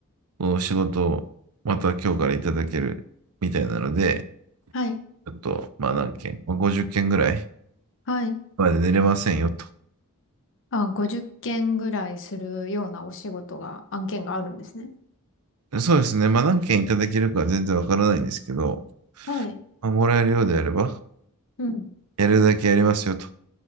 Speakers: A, on the right; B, on the left.
A: こう仕事をまた今日からいただけるみたいなので、
B: はい。
A: ちょっと、まあ何件、まあ、50件ぐらい
B: はい。
A: まで寝れませんよと。
B: あ、50件ぐらいするようなお仕事が、案件があるんですね。
A: そうですね。まあ何件いただけるかは全然わからないんですけど、
B: はい。
A: まあもらえるようであれば、
B: うん。
A: やるだけやりますよと。